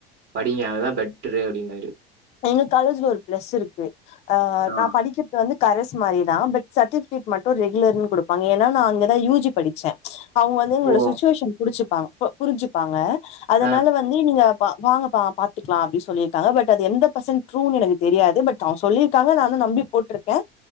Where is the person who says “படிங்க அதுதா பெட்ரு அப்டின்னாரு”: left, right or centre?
Right